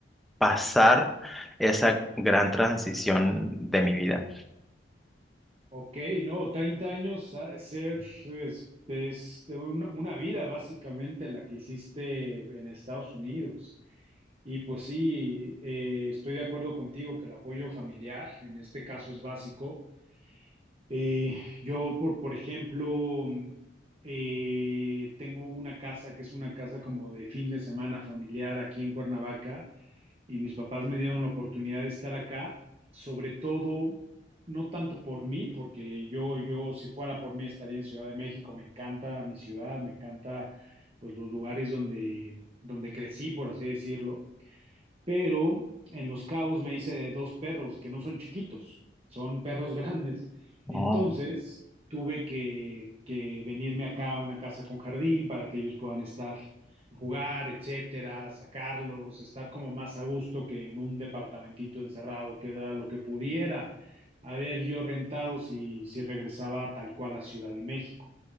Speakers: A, in the centre; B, on the right.
A: pasar esa gran transición de mi vida.
B: Ok, no, 30 años ha de ser es, es una, una vida básicamente la que hiciste en Estados Unidos. Y pues sí, eh, estoy de acuerdo contigo que el apoyo familiar en este caso es básico. Eh, yo, por, por ejemplo, eh, tengo una casa que es una casa como de fin de semana familiar aquí en Cuernavaca y mis papás me dieron la oportunidad de estar acá, sobre todo, no tanto por mí, porque yo, yo si fuera por mí estaría en Ciudad de México, me encanta mi ciudad, me encanta pues los lugares donde, donde crecí, por así decirlo pero en Los Cabos me hice de dos perros que no son chiquitos, son perros <laughs> grandes. Entonces
A: Oh.
B: tuve que, que venirme acá a una casa con jardín para que ellos puedan estar, jugar, etcétera, sacarlos, estar como más a gusto que en un departamentito encerrado, que era lo que pudiera haber yo rentado si, si regresaba tal cual a Ciudad de México.